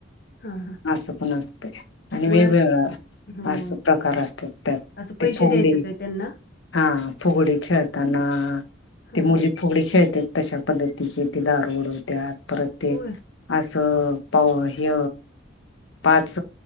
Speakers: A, on the left; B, on the left.
A: हां हां
B: असं पण असते आणि वेगवेगळं
A: मग आज- हं
B: अस प्रकार असतात त्यात
A: असं पैसे
B: ते फुगडी
A: द्यायचं काय त्यांना
B: हा फुगडी खेळताना
A: हां
B: ती
A: हां
B: मुली फुगडी खेळते तशा पद्धतीची तेी दार उडवते आ परत ते
A: होय
B: असं प हि पाच